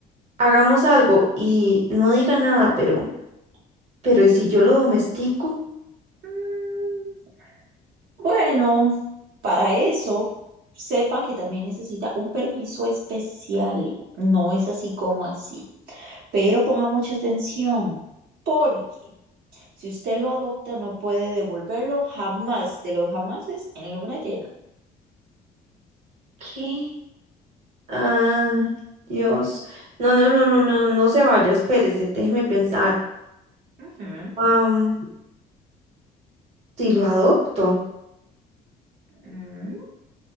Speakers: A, on the right; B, on the right.
A: hagamos algo y no diga nada, pero, pero ¿y si yo lo domestico?
B: Mm, Bueno, para eso, sepa que también necesita un permiso especial. No es así como así. Pero ponga mucha atención, porque si usted lo adopta, no puede devolverlo jamás de los jamases en luna llena.
A: ¿Qué? Ah, Dios. No, no, no, no, no, no se vaya, espérese, déjeme pensar.
B: Ujú.
A: Am, si lo adopto.
B: Mm.